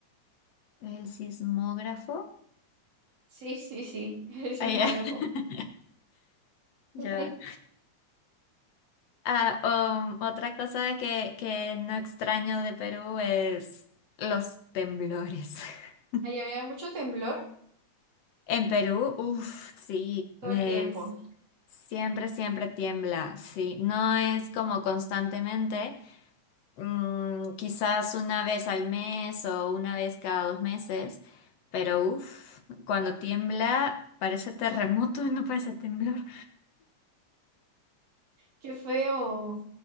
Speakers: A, on the left; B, on the right.
A: El sismógrafo.
B: Sí, sí, sí, <laughs> el sismógrafo.
A: Ah, ya. <laughs> Ya.
B: <laughs>
A: Ah, um, otra cosa que, que no extraño de Perú es los temblores. <laughs>
B: Allá había mucho temblor
A: En Perú, uff, sí,
B: todo
A: es,
B: el tiempo.
A: siempre, siempre tiembla, sí. No es como constantemente, Mm, quizás una vez al mes o una vez cada dos meses, pero uff, cuando tiembla parece terremoto, <laughs> no parece temblor.
B: Qué feo.